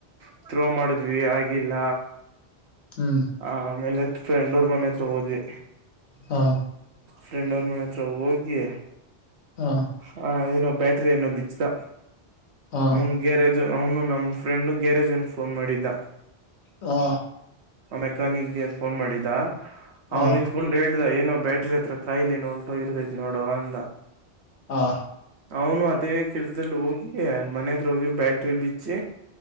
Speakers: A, on the right; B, on the left.
A: ಥತ್ರೋ ಮಾಡಿದ್ವಿ ಆಗಿಲ್ಲ
B: ಹ್ಮ್
A: ಆ ಆಮೇಲೆ ಫ್ರೆಂಡ್ ಅವ್ರ ಮನೆ ಹತ್ರ ಹೋದ್ವಿ
B: ಹಾ
A: ಫ್ರೆಂಡ್ ಅವ್ರ ಮನೆ ಹತ್ರ ಹೋಗಿ
B: ಹ
A: ಹ ಏನೋ ಬ್ಯಾಟ್ರಿ ಏನು ಬಿಚ್ಚದ
B: ಹ ಹ
A: ಅವನ್ ಗ್ಯರಜ್ ಅವ್ನು ನಮ್ ಫ್ರೆಂಡ್ ಗ್ಯಾರೇಜ್ ಒನ್ ಫೋನ್ ಮಾಡಿದ್ದ
B: ಹಾ
A: ಮೆಕಾನಿಕ್ ಗೆ ಫೋನ್ ಮಾಡಿದ್ದ
B: ಹ ಹ
A: ಅವನ್ ನಿತ್ಕೊಂಡ್ ಹೇಳ್ದ ಏನ ಬ್ಯಾಟ್ರಿ ಹತ್ರ ಕಾಯಿಲಿ ನೋೋಗಿರ್ತೈತಿ ನೋಡು ಅಂದ
B: ಹಾ
A: ಅವನು ಅದೇ ಕೆಲ್ಸದಲ್ಲಿ ಹೋಗಿ ಮನೆ ಹತ್ರರ ಹೋಗಿ ಬ್ಯಾಟ್ರಿ ಬಿಚ್ಚಿ